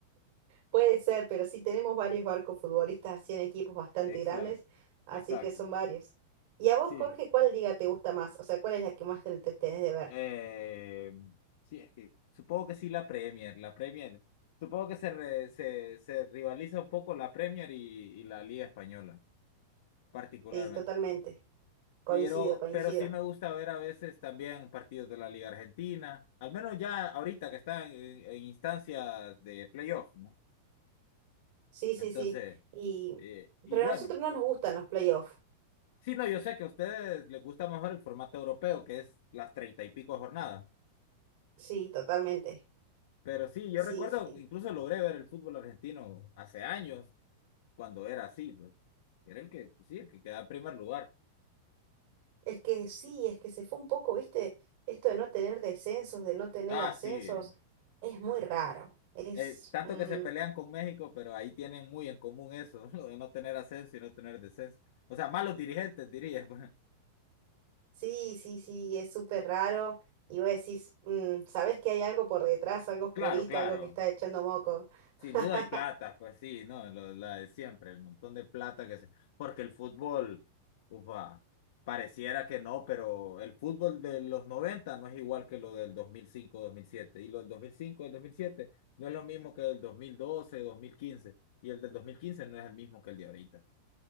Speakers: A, on the right (about 65°); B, on the left (about 65°).
A: Puede ser, pero sí tenemos varios barcos futbolistas así en equipos bastante
B: Exacto,
A: grandes, así
B: exacto.
A: que son varios. ¿Y a vos,
B: Sí,
A: Jorge, cuál liga te gusta más? O sea, ¿cuál es la que más te entretenés de ver?
B: eh, Sí, es que supongo que sí la Premier, la Premier. Supongo que se, re- se, se rivaliza un poco la Premier y, y la Liga Española, particularmente.
A: Sí, totalmente. Coincido,
B: Pero,
A: coincido.
B: pero sí me gusta ver a veces también partidos de la Liga Argentina, al menos ya ahorita que están en, en instancias de playoff, ¿no?
A: Sí,
B: Entonces,
A: sí, sí. Y
B: eh, y
A: pero
B: bueno,
A: a nosotros no nos gustan los playoffs.
B: sí, no, yo sé que a ustedes les gusta mejor el formato europeo, que es las treinta y pico jornadas,
A: Sí, totalmente.
B: pero sí, yo
A: Sí,
B: recuerdo,
A: sí.
B: que incluso logré ver el fútbol argentino hace años, cuando era así, pues, era el que, pues sí, el que quedaba en primer lugar.
A: Es que sí, es que se fue un poco, ¿viste? Esto de no tener descensos, de no tener
B: Ah,
A: ascensos,
B: sí,
A: es muy raro. Es,
B: Eh, tanto
A: mm,
B: que se pelean con México, pero ahí tienen muy en común eso, <laughs> lo de no tener ascenso y no tener descenso. O sea, malos dirigentes, diría. pues.
A: Sí, sí, sí, es súper raro. Y vos decís, mm, sabés que hay algo por detrás, algo oscurito,
B: Claro, claro.
A: algo que está echando moco.
B: Sin
A: <laughs>
B: duda hay plata, pues sí, no, lo, la de siempre, el montón de plata que se... Porque el fútbol, ufa, pareciera que no, pero el fútbol de los 90 no es igual que lo del dos dos mil cinco mil siete Y lo del dos dos mil cinco dos mil siete no es lo mismo que el dos dos mil doce mil quince Y el del 2015 no es el mismo que el de ahorita.